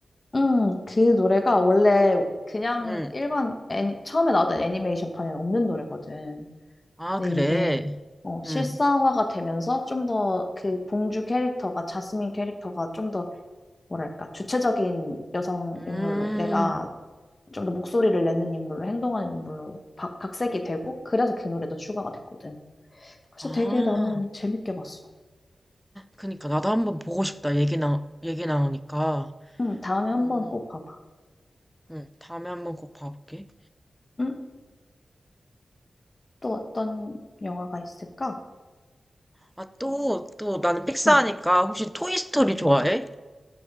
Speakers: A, on the left; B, in the centre.
A: 음, 그 노래가 원래 그냥
B: 응.
A: 일반 애니, 처음에 나왔던 애니메이션판에는 없는 노래거든.
B: 아,
A: 근데
B: 그래.
A: 이게 어, 실사화가
B: 응.
A: 되면서 좀 더 그 공주 캐릭터가, 자스민 캐릭터가 좀더 뭐랄까, 주체적인 여성
B: 음.
A: 인물로, 내가 좀 더 목소리를 내는 인물로, 행동하는 인물로 박, 각색이 되고, 그래서 그 노래도 추가가 됐거든. 그래서
B: 아.
A: 되게 나는 재밌게 봤어.
B: 그니까 나도 한번 보고 싶다. 얘기 나, 얘기 나오니까.
A: 응, 다음에
B: 어,
A: 한번 꼭 봐봐.
B: 응. 다음에 한번 꼭 봐볼게.
A: 응? 또 어떤 영화가 있을까?
B: 아, 또, 또, 나는 픽사하니까
A: 응,
B: 혹시 토이스토리 좋아해?
A: 응.